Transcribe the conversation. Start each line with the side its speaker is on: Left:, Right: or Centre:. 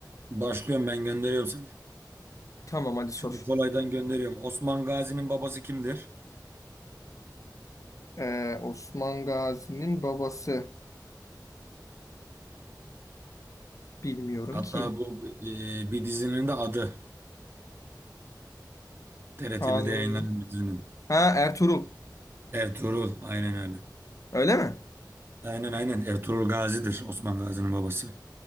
Right: Başlıyorum ben gönderiyorum sana.
Left: Tamam hadi sor.
Right: Şöyle kolaydan gönderiyorum. Osman Gazi'nin babası kimdir?
Left: Ee, Osman Gazi'nin babası. Bilmiyorum
Right: Hatta
Left: ki.
Right: bu e, bir dizinin de adı. TRT1'de
Left: Kanuni.
Right: yayınlanan bir dizinin.
Left: Ha Ertuğrul.
Right: Ertuğrul. Aynen öyle.
Left: Öyle mi?
Right: Aynen aynen. Ertuğrul Gazi'dir Osman Gazi'nin babası.